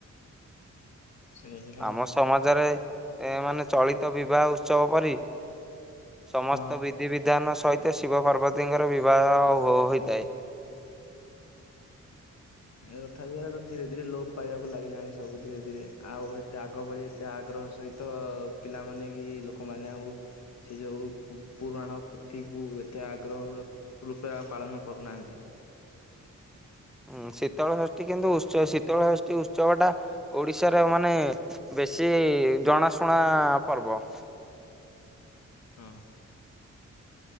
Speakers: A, on the left (about 60°); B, in the centre.
A: ସେଇଆ ଆଉ
B: ଆମ ସମାଜରେ ଏ ମାନେ ଚଳିତ ବିବାହ ଉତ୍ସବ ପରି ସମସ୍ତ
A: ହଁ।
B: ବିଧିବିଧାନ ସହିତ ଶିବ ପାର୍ବତୀଙ୍କର ବିବାହ ହୋ ହୋଇଥାଏ।
A: ଏ ତଥାବି ଏରା ଧୀରେ ଧୀରେ ଲୋପ ପାଇବାକୁ ଲାଗିଲାଣି ସବୁ ଧୀରେ ଧୀରେ ଆଉ ଏତେ ଆଗ ଭଳି ଏତେ ଆଗ୍ରହ ସହିତ ପିଲାମାନେ କି ଲୋକମାନେ ଆଉ ସେ ଯେଉଁ ପୁ ପୁରାଣ ପୋଥିକୁ ଏତେ ଆଗ୍ରହ ରୂପେ ଆଉ ପାଳନ କରୁନାହାନ୍ତି।
B: ହୁଁ ଶୀତଳ ଷଷ୍ଠୀ କିନ୍ତୁ ଉତ୍ସ ଶୀତଳ ଷଷ୍ଠୀ ଉତ୍ସବ ଟା ଓଡିଶାର ମାନେ ବେଶୀ ଜଣାଶୁଣା ପର୍ବ।
A: ହଁ।